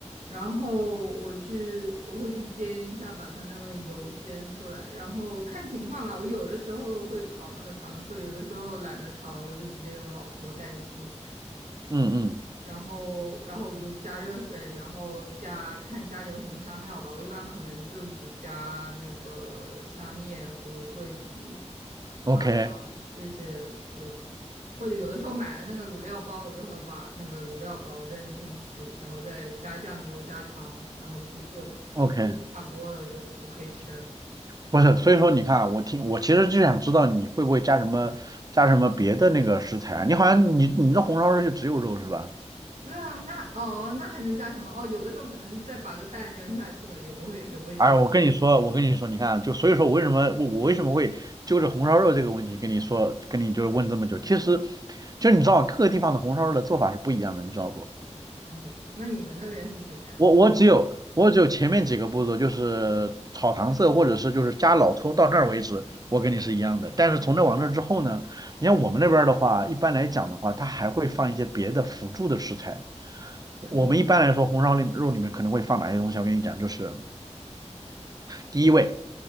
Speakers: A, on the right (about 85°); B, on the right (about 30°).
A: 然后我去我会去煎一下，把它那个油煎出来，然后看情况吧。我有的时候会炒那个糖色，有的时候懒得炒了，我就直接用老抽代替。
B: 嗯嗯
A: 然后然后我就加热水，然后加看家里有什么香料吧。我一般可能就只加那个香叶和桂皮、
B: ，OK
A: 八角这些就，或者有的时候买了那个卤料包，我就会把那个卤料包扔进去，然后再加酱油、加糖，然后去炖，
B: OK，
A: 就炖的差不多了就就可以吃了。
B: 不是，所以说你看啊我听我其实就想知道你会不会加什么加什么别的那个食材啊？你好像你你这红烧肉就只有肉是吧？
A: 对啊，那哦，那还能加什么？哦，有的时候可能再把个蛋扔下去吧，也不会也不会加别
B: 哎，我跟你说，我跟你说，你看啊，就所以说我为什么我我为什么会揪着红烧肉这个问题跟你说，跟你就是问这么久，其实就你知道各个地方的红烧肉的做法是不一样的，你知道不？
A: 的哦，那你们那边是怎样？
B: 我我只有我只有前面几个步骤，就是炒糖色或者是就是加老抽到这儿为止，我跟你是一样的。但是从这往那之后呢，你像我们那边儿的话，一般来讲的话，它还会放一些别的辅助的食材。我们一般来说红烧里肉里面可能会放哪些东西？
A: 还能复
B: 我跟你讲，就是。第一位